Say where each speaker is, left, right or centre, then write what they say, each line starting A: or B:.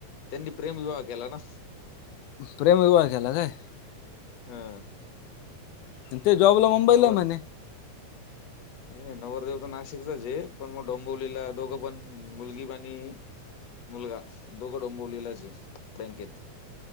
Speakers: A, on the left; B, on the left.
A: त्यांनी प्रेमविवाह केला ना,
B: प्रेमविवाहं केला काय,
A: हा
B: ह ते जॉबला मुंबईला
A: नवर
B: म्हणे
A: नाही नाही नवरदेव तर नाशिकचच आहे पण मग डोंबोवलीला दोघं पण मुलगी आणी मुलगा दोघे डोंबवलीलाची बँकेत